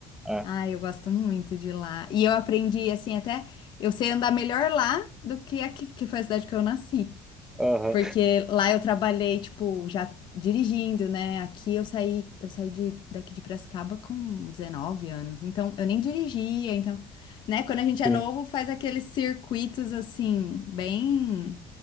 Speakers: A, in the centre; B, on the left (about 60°).
A: É.
B: Ah, eu gosto muito de lá. E eu aprendi, assim, até eu sei andar melhor lá do que aqui, que foi a cidade que eu nasci.
A: Aham,
B: Porque lá eu trabalhei, tipo, já dirigindo, né? Aqui eu saí, eu saí de, daqui de Piracicaba com 19 anos. Então, eu nem dirigia, então, né? Quando a gente é
A: sim.
B: novo, faz aqueles circuitos assim, bem